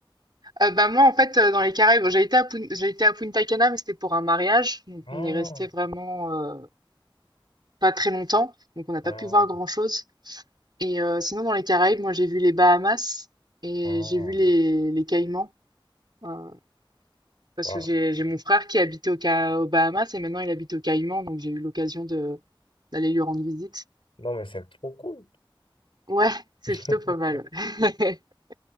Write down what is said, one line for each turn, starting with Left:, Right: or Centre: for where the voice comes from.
Right: Euh, bah moi, en fait, euh, dans les Caraïbes, bon, j'ai été à Pun- j'ai été à Punta Cana, mais c'était pour un mariage. Donc,
Left: Ah,
Right: on est resté vraiment euh, pas très longtemps. Donc, on n'a pas
Left: ah,
Right: pu voir grand-chose. Et euh, sinon, dans les Caraïbes, moi, j'ai vu les Bahamas et
Left: ah,
Right: j'ai vu les, les Caïmans. euh, parce
Left: waouh.
Right: que j'ai j'ai mon frère qui habitait au Ca- aux Bahamas et maintenant, il habite aux Caïmans. Donc, j'ai eu l'occasion de d'aller lui rendre visite.
Left: Non, mais c'est trop cool.
Right: Ouais, c'est
Left: <laughs>
Right: plutôt pas mal. Ouais, <laughs>